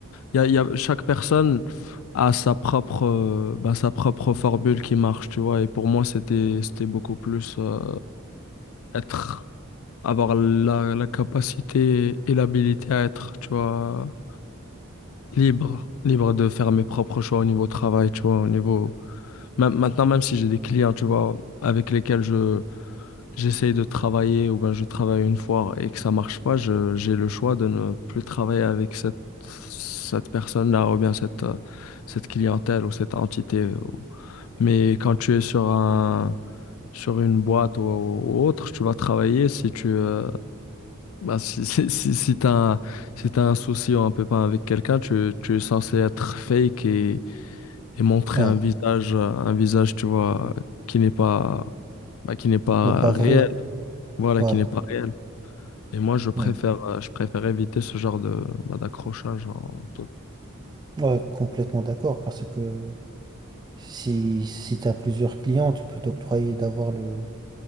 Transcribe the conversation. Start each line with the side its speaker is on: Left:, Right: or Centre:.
Left: Il y a, il y a- chaque personne a sa propre, euh, bah, sa propre formule qui marche, tu vois. Et pour moi, c'était, c'était beaucoup plus euh, être, avoir la, la capacité et l'habilité à être, tu vois, libre, libre de faire mes propres choix au niveau travail, tu vois, au niveau... Même, maintenant, même si j'ai des clients, tu vois, avec lesquels je j'essaye de travailler ou ben je travaille une fois et que ça marche pas, je, j'ai le choix de ne plus travailler avec cette, cette personne-là ou bien cette, euh, cette clientèle ou cette entité. ou- Mais quand tu es sur un, sur une boîte ou, ou autre, tu vas travailler si tu, euh, ben, si, si, si, si t'as un, si t'as un souci ou un pépin avec quelqu'un, tu, tu es censé être fake et, et montrer
Right: Ouais,
Left: un visage, euh, un visage, tu vois, qui n'est pas, ben, qui n'est pas
Right: il n'est pas vrai.
Left: réel. Voilà,
Right: Ouais,
Left: qui n'est pas réel. Et moi, je préfère,
Right: ouais.
Left: euh, je préfère éviter ce genre de, bah, d'accrochage en tout.
Right: Ouais, complètement d'accord. Parce que si, si t'as plusieurs clients, tu peux t'octroyer d'avoir le,